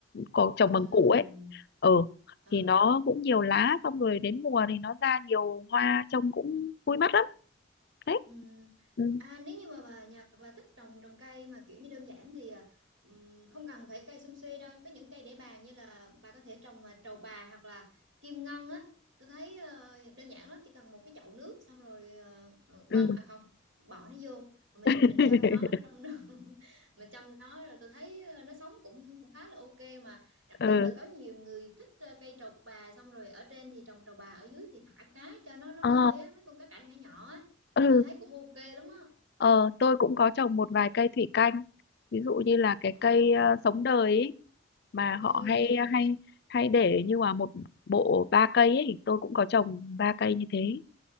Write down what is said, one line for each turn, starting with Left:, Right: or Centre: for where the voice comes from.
Left: có trồng
Right: ừ.
Left: bằng củ ấy ừ
Right: Ờ
Left: thì nó cũng nhiều lá xong rồi đến mùa thì nó ra nhiều hoa trông cũng vui mắt lắm đấy
Right: Ừm,
Left: ừ
Right: À, nếu như mà bà nhà bà thích trồng trồng cây mà kiểu như đơn giản thì à, ừm, không cần phải cây sum suê đâu có những cây để bàn như là bà có thể trồng à, trầu bà hoặc là kim ngân á tôi thấy ờ, đơn giản lắm chỉ cần một cái chậu nước xong rồi ờ, ờ, quăng
Left: ừ
Right: à không bỏ nó vô mình
Left: <laughs>
Right: mình chăm nó trong nước <laughs> mình chăm nó rồi tôi thấy ờ, nó sống cũng cũng khá là ok mà đặc
Left: ừ
Right: biệt là có nhiều người thích ờ, cây trầu bà xong rồi ở trên thì trồng trầu bà ở dưới thì thả cá cho nó nó
Left: ờ
Right: bơi á mấy con cá cảnh nhỏ nhỏ á
Left: ừ
Right: tôi thấy cũng ok lắm á
Left: ờ tôi cũng có trồng một vài cây thủy canh ví dụ như là cái
Right: Ờ.
Left: cây ờ, sống đời ý. mà
Right: ừ,
Left: họ
Right: ừ,
Left: hay hay hay để như là một bộ ba cây ấy tôi cũng có trồng ba cây như thế